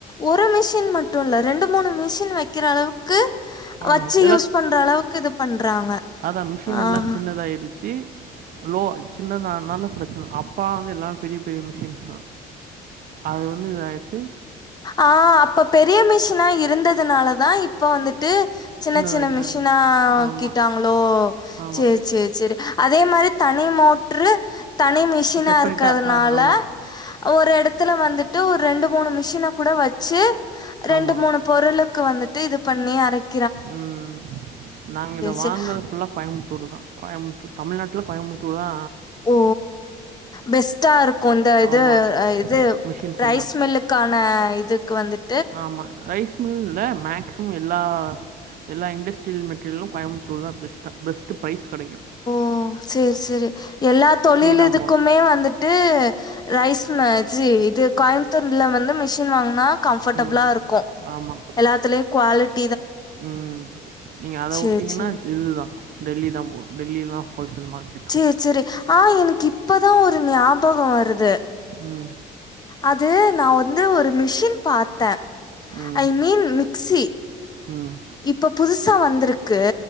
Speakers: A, on the left; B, on the right.
A: ஒரு மிஷின் மட்டு இல்ல ரெண்டு மூணு மிஷின் வெக்கிற அளவுக் க்கு வச்சு
B: ஆமாம்
A: யூஸ் பண்ற அளவுக்கு இது பண்றாங்க
B: அதா மிஷினெல்லா
A: ஆ.
B: சின்னதாயிடுச்சு லோ சின்னதானாலு பிரச்சன அப்பா வந்து எல்லாமே பெரிய பெரிய மிஷின்ஸ் தா அது வந்து இதாயிருச்சு
A: ஆ அப்ப பெரிய மிஷினா இருந்ததுனாலதா இப்ப வந்துட்டு சின்ன
B: சின்னதாக்கிட்டாங்க
A: சின்ன மிஷினாக்கிட்டாங்
B: ஆமாம் ஆமாம்
A: சேரி சேரி சேரி அதே மாரி தனி மோட்ரு தனி மிஷி ஷினா
B: செப்பரேட்டாக
A: இருக்கதுனால
B: ஆ ஆமாம்
A: ஒரு எடத்துல வந்துட்டு ஒரு ரெண்டு மூணு மிஷின கூட வச்சு ரெண்டு
B: ஆமாம்
A: மூணு பொருளுக்கு வந்துட்டு இது பண்ணி அரைக்
B: ம் நாங்க இத வாங்கறது
A: சரி.
B: ஃபுல்லா கோயம்முத்தூரு தா கோயமுத்தூர் தமிழ்நாட்ல கோயமுத்தூரு தா
A: ஓ பெஸ்ட்டா இருக்கு இந்த இது
B: ஆமாம்
A: அ இது
B: மிஷின்ஸ்
A: ரைஸ் மில்லுக் க்கான இதுக்கு வந்துட்
B: ஆமா ரைஸ்மில்ல மேக்ஸ் சிமம் எல்லா எல்லா இண்டஸ்ட்ரியல் மெட்டீரியலு கோயம்புத்தூரு தா பேஸ்ட் ட்டு பைஸ் கெடைக்கு
A: ஓ சேரி சேரி எல்லா தொழில்
B: தான்
A: இதுக்குமே
B: போகணும்
A: வந்துட்டு ரைஸ் மே ச்சி இது கோயம் புத்தூர்ல வந்து மிஷின் வாங்குனா கம்ஃபர்டபிளா
B: ம்
A: இருக்கு
B: ஆமாம்
A: எல்லாத்துலயு குவாலிட்
B: ம் நீங்க அத
A: சேரி
B: உட்டீங்கனா
A: சேரி
B: டெல்லி தா டெல்லிதா போனு டெல்லிதா ஹோல்சேல் மார்க்கெட்
A: சேர் சேரி ஆனா எனக்கு இப்பதா ஒரு ஞாபக வருது
B: ம்
A: அது நா வந்து ஒரு மிஷின் பாத்தே
B: ம்
A: ஐ மீன் மிக்சி
B: ம்
A: இப்ப புதுசா வந்துருக்கு